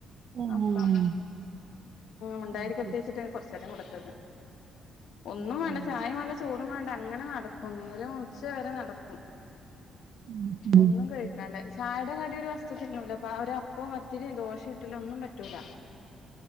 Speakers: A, on the right; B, on the left.
A: ആഹ്
B: അപ്പം മുണ്ടായി
A: അത്
B: കത്തിച്ചിട്ട്
A: ശരി
B: കൊറച്ചേരം കൊടുത്തത്. ഒന്നും
A: ഉം
B: വേണ്ട ചായയും വേണ്ട ചോറും വേണ്ട അങ്ങനെ നടക്കും നേരം ഉച്ചവരെ നടക്കും.
A: ഉം ഉം.
B: ഒന്നും കഴിക്കാണ്ടേ. ചായയുടെ കടിയൊ ഒരു വസ്ത്തുത്തിന്നുല്ലപ്പ ആ ഒരപ്പവും പത്തിരിം ദോഷം ഇട്ലിംഒന്നും പറ്റൂല.